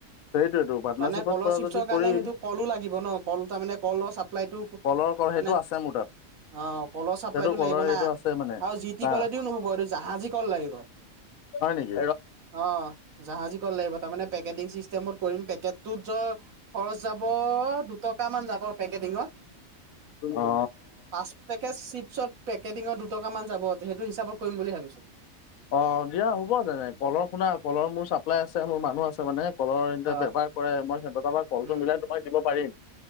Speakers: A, on the left; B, on the right.
A: সেইটোয়েতো পাৰ্টনাৰশ্বিপত
B: মানে কলৰ
A: কৰা
B: চিপচৰ
A: যদি
B: কাৰণে
A: কৰিম
B: সেইটো কলো লাগিব ন কল মানে কলৰ চাপ্লাইতো
A: কলৰ কল সেইটো
B: মানে
A: আছে মোৰ তাত
B: অ' কলৰ চাপ্লাইতটো
A: সেইটো কলৰ
B: লাগিব
A: সেইটো
B: না
A: আছে মানে
B: আৰু জি টি
A: হা
B: কলেওদি নহব এইটো জাহাজী কল লাগিব।
A: হয় নেকি
B: অ' জাহাজী কল লাগিব তাত। মানে পেকেটিং চিষ্টেমত কৰিম পেকেটত য খৰচ যাব দুট দুটামান যাব পেকেটিঙত
A: অ
B: পাঁচ পেকেট চিপছত। পেকেটিঙত দুটকা মান যাব সেইটো হিচাপত কৰিম বুলি ভাবিছো।
A: অ দিয়া হ'ব তেনে কলৰ শুনা কলৰ মোৰ চাপ্লাই আছে মোৰ মানুহ আছে মানে। কলৰ ইহঁতে
B: অ
A: বেপাৰ কৰে মই সিহঁতৰ তাৰ পৰা কলটো
B: উম
A: মিলাই তোমাক দিব পাৰিম।